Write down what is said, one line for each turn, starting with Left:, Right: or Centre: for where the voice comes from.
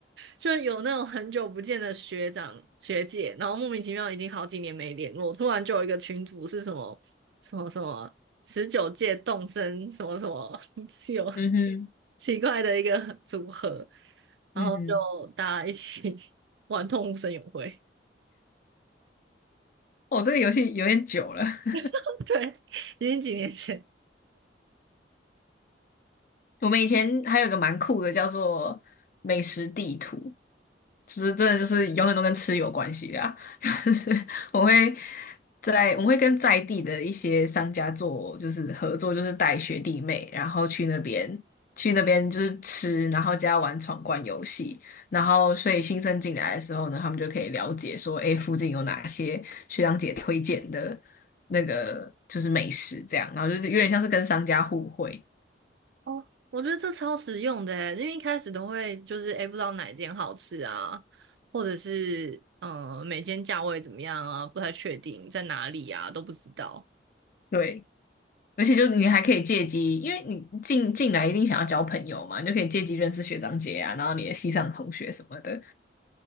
Right: 就有那种很久不见的学长学姐，然后莫名其妙已经好几年没联络，突然就有一个群组是什么什么什么十九届动森什么什么，<laughs> 是有
Left: 嗯哼，
Right: 奇怪的一个组合，然后就大家一起
Left: 嗯哼，
Right: <laughs> 玩动物森友会，
Left: 哦，这个游戏有点久了，<laughs>
Right: <laughs> 对，已经几年前。
Left: 我们以前还有一个蛮酷的，叫做美食地图，就是真的就是永远都跟吃有关系啦。<laughs> 就是我会在我们会跟在地的一些商家做就是合作，就是带学弟妹，然后去那边去那边就是吃，然后加玩闯关游戏，然后所以新生进来的时候呢，他们就可以了解说，诶，附近有哪些学长姐推荐的那个就是美食这样，然后就是有点像是跟商家互惠，
Right: 哦，我觉得这超实用的欸，因为一开始都会就是哎诶不知道哪间好吃啊，或者是嗯、呃每间价位怎么样啊，不太确定在哪里啊，都不知道。
Left: 对。而且就你还可以借机，因为你进进来一定想要交朋友嘛，你就可以借机认识学长姐啊，然后你的系上同学什么的。